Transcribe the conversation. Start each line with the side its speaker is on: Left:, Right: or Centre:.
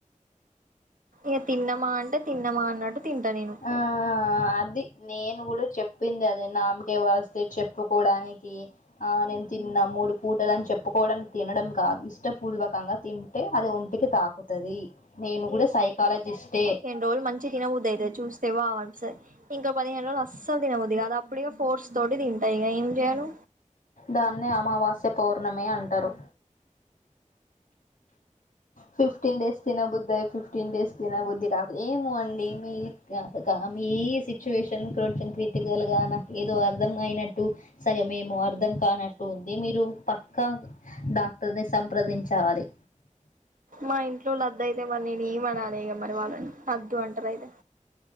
Right: ఏ తిన్నమా అంటే తిన్నమా అన్నట్టు తింటా నేను
Left: ఆ అది నేను కూడా చెప్పింది అదే నామకేవాస్తే చెప్పుకోడానికి ఆ నేను తిన్నా మూడు పూటలు ని చెప్పుకోవడానికి తినడం కాదు ఇష్టపూర్వకంగా తింటే అది ఒంటికి తాకుది నేను కూడా సైకాలజిస్టే
Right: రోలు మంచి తినబుద్దైతే చూస్ తే వావన్స ఇంకోక పదిహేను రోజుల అస్సలు తినబుద్ది కాదు అప్పుడు ఇగ ఫోర్స్ తోటి తింటా ఇగ ఏం చేయను
Left: దాన్నే అమావాస్య పౌర్ణమి అంటారు ఫిఫ్టీన్ డేస్ తినబుద్దై ఫిఫ్టీన్ డేస్ తినబుద్ధి కాపు ఏమో అండి మీ కా కా మీ సిచ్యువేషన్ కొంచెం క్రి టికల్ గా నాకేదో అర్ ర్థం అయినట్టు సగమేమో అర్థం కానట్టు ఉంది మీరు పక్కా డాక్టర్ ని సంప్రదించాలి
Right: మా ఇంట్లోళ్ళు అద్దు అయితే మరి నేను ఏం అనాలే ఇగ మరి వాళ్ళని అద్దు అంటారు అయితే